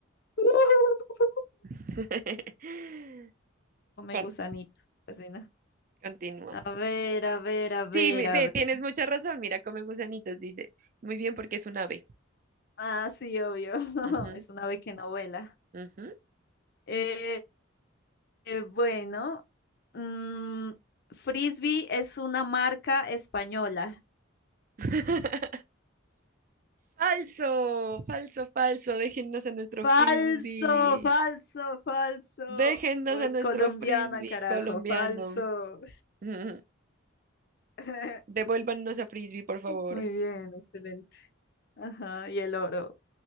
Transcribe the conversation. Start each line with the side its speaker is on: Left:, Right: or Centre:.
Left: <laughs>
Right: <laughs>
Left: Come
Right: Con-
Left: gusanito. Casi no.
Right: continúa.
Left: A ver, a ver, a ver,
Right: Sí, mi- ve,
Left: a ver.
Right: tienes mucha razón. Mira, come gusanitos, dice. Muy bien, porque es un ave.
Left: Ah, sí, obvio. <laughs>
Right: Ujú,
Left: Es una ave que no vuela.
Right: ujú.
Left: Eh, Eh, bueno, mm, Frisbee es una marca española.
Right: <laughs> Falso, falso, falso. Déjennos a nuestro
Left: Falso,
Right: frisbee.
Left: falso, falso.
Right: Déjennos a
Left: Es
Right: nuestro
Left: colombiana,
Right: frisbee
Left: carajo,
Right: colombiano.
Left: falso.
Right: <laughs> Ujú.
Left: <laughs>
Right: Devuélvannos a frisbee, por favor.
Left: Muy bien, excelente. Ajá, y el oro.